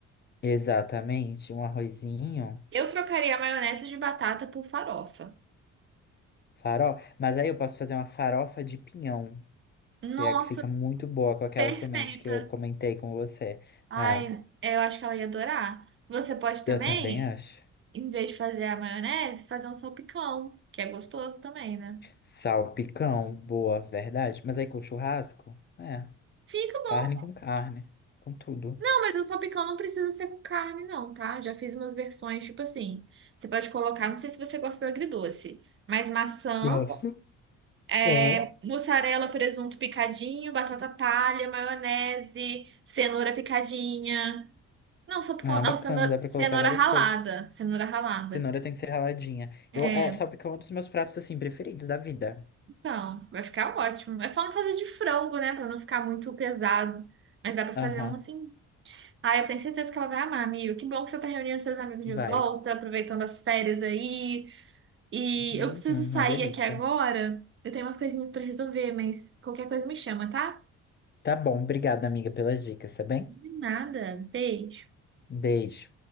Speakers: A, on the left; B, on the right.
A: Exatamente, um arrozinho,
B: Eu trocaria a maionese de batata por farofa.
A: farofa. Mas aí eu posso fazer uma farofa de pinhão,
B: Nossa,
A: que é a que fica muito boa com aquela
B: perfeita.
A: semente que eu comentei com você.
B: Ai,
A: É,
B: eu acho que ela ia adorar. Você pode também,
A: eu também acho.
B: em vez de fazer a maionese, fazer um salpicão, que é gostoso também, né?
A: Salpicão, boa, verdade. Mas aí com churrasco? É,
B: Fica bom.
A: carne com carne, com tudo.
B: Não, mas o salpicão não precisa ser com carne, não, tá? Já fiz umas versões, tipo assim. Você pode colocar, não sei se você gosta do agridoce, mas maçã,
A: Gosto.
B: é,
A: Ah.
B: mussarela, presunto picadinho, batata palha, maionese, cenoura picadinha. Não, só por
A: Ah,
B: conta.
A: bacana,
B: Não, cenoura,
A: dá pra
B: cenoura
A: colocar várias
B: ralada.
A: coisas.
B: Cenoura ralada.
A: Cenoura tem que ser raladinha.
B: É,
A: Eu, é, salpicão é um dos meus pratos, assim, preferidos da vida.
B: então, vai ficar ótimo. É só não fazer de frango, né? Pra não ficar muito pesado. Mas dá pra fazer
A: Aham,
B: um assim. Ah, eu tenho certeza que ela vai amar, amigo. Que bom que você tá reunindo seus amigos de
A: vai.
B: volta, aproveitando as férias aí. E
A: Uhum,
B: eu preciso
A: uma
B: sair
A: delícia.
B: aqui agora. Eu tenho umas coisinhas pra resolver, mas qualquer coisa me chama, tá?
A: Tá bom, obrigada, amiga, pelas dicas, tá bem?
B: De nada. Beijo.
A: Beijo.